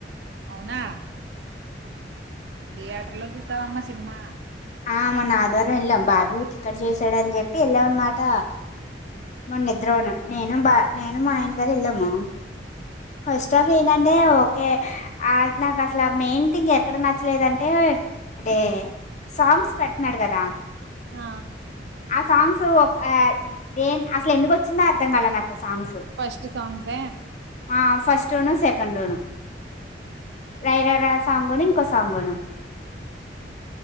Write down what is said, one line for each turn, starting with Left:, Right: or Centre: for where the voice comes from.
Right: అవునా థియేటర్లో చూసావమ్మా సినిమా
Left: ఆ మొన్న ఆదివారం వెళ్ళాం బాబువి టిక్కెట్ చేసాడని చెప్పి వెళ్ళాం అనమాట మొన నిద్రబోను నేను బా నేను మా ఆయన గారు వెళ్ళాము ఫస్ట్ ఆఫ్ ఏంటంటే ఓకే అద్ నాకు అసల మెయిన్ థింగ్ ఎక్కడ నచ్చలేదంటే అదే సాంగ్స్ పెడుతున్నాడు కదా
Right: ఆ
Left: ఆ సాంగ్స్ ఒక ఆ నేన్ అసలు ఎందుకు వచ్చిందో అర్థం కాల నాకు సాంగ్స్
Right: ఫస్ట్ సాంగ్స్సే
Left: ఆ ఫస్ట్ టును సెకండును రైరై రా రా సాంగును ఇంకో సాంగును